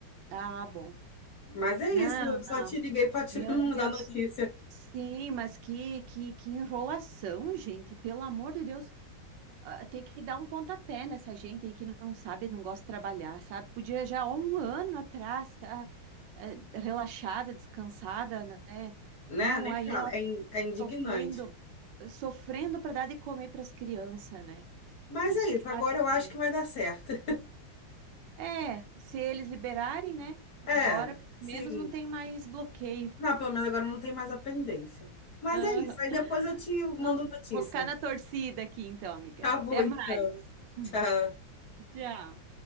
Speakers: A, on the right; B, on the left.
A: Ah, bom.
B: Mas é
A: Não,
B: isso, eu só
A: não.
B: te liguei para te
A: Meu
B: <laughs> mandar
A: Deus.
B: notícia,
A: Sim, mas que, que, que enrolação, gente. Pelo amor de Deus. ah, Tem que dar um pontapé nessa gente aí que não sabe, não gosta de trabalhar, sabe? Podia já há um ano atrás estar relaxada, descansada, né?
B: né?
A: Não,
B: Nem
A: aí
B: fala,
A: ó,
B: é, in- é indignante.
A: sofrendo, sofrendo para dar de comer para as crianças, né?
B: Mas
A: Isso
B: é
A: que
B: isso,
A: dá
B: agora eu acho
A: triste.
B: que vai dar certo.
A: É, se eles liberarem, né? Agora,
B: É,
A: pelo
B: sim.
A: menos, não tem mais bloqueio.
B: Não, pelo menos agora não tem mais a pendência. Mas
A: Aham.
B: é isso. Aí depois eu te
A: Não,
B: mando notícia.
A: Vou ficar na torcida aqui, então, amiga.
B: Tá bom,
A: Até
B: então.
A: mais. <laughs>
B: Tchau.
A: Tchau.